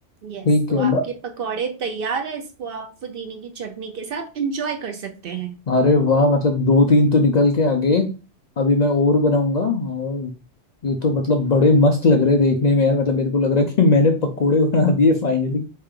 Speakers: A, on the right; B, on the left.
A: यस
B: ठीक
A: तो
B: है म-
A: आपके पकौड़े तैयार है इसको आप पुदीने की चटनी के साथ एंजॉय कर सकते हैं
B: अरे वाह मतलब दो तीन तो निकल के आगे अभी मैं और बनाऊंगा और ये तो मतलब बड़े मस्त लग रहे हैं देखने में यार मतलब मेरे को लग रहा है कि <laughs> मैंने पकोड़े बना दिए finally